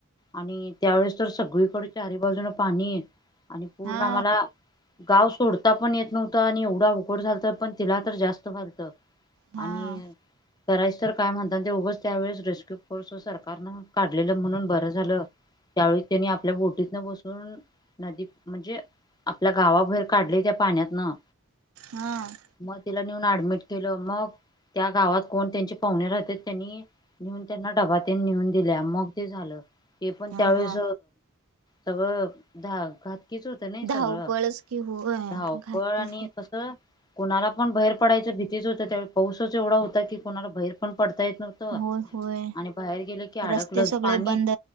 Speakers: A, on the left (about 20°); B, on the right (about 80°).
A: आणि त्यावेेळेस तर सगळीकडे चारी बाजून पाणी आणि पूर्ण
B: हा
A: आम्हाला गाव सोडता पण येत नव्हतं आणि एवढा उकड झालतं पण तिला तर जास्त फालतं
B: हा
A: आणि करायच तर काय म्हणता ते उगंच त्यावेेळेस रेस्क्यू फोर्स सरकारनं काढलेलं म्हणून बरं झालं. त्यावेळी त्यांनी आपल्या बोटीत न बसून नदी म्हणजे आपल्या गावाबहेर काढले त्या पाण्यातनं
B: हां.
A: म तिला नेऊन ऍडमिट केलं, मग त्या गावात कोण त्यांचे पाहुणे राहते त्यांनी नेऊन त्यांना डबातेन नेऊन दिल्या मग ते झालं. हे पण
B: हा
A: त्यावेळेस
B: हा
A: सगळं धा घात कीच होतं नाही सगळं
B: धावपळच की होय
A: धावपळ
B: घातकीच
A: आणि
B: की
A: कसं कोणाला पण बाहेर पडायचं भीतीच होत त्यावेळी पाऊसच एवढा होता की कोणाला बाहेर पण पडता येत नव्ह तं
B: होय होय
A: आणि बाहेर गेलं की अडकलचं
B: रस्ते सगळे
A: पाणी
B: बंद